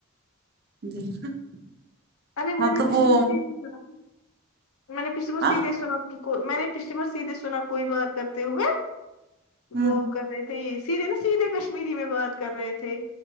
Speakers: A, on the right; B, on the left.
A: <unintelligible>
B: ارے میں
A: مطلب
B: نے پچھ
A: وہ
B: میں س دے سنا میں نے پچھے میں
A: ہاں
B: سید دے سنا تو میں نے پچھلی بار سیدھے سنا کوئی بات کرتے ہوئے
A: ہمم
B: وہ کر رہے تھے یہ اسی لیے نا سیدھے کشمیری میں بات کر رہے تھے